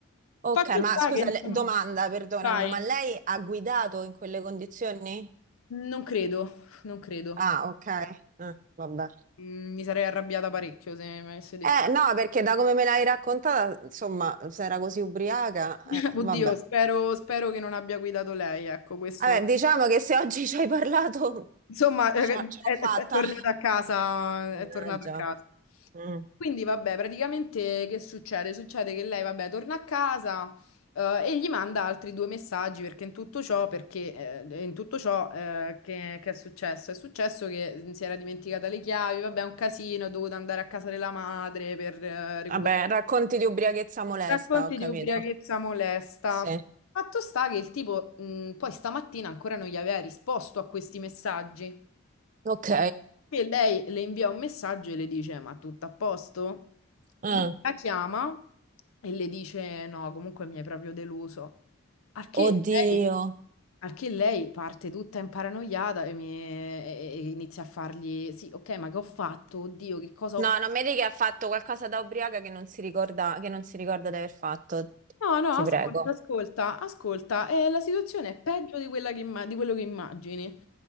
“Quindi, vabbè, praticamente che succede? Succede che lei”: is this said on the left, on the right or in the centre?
Left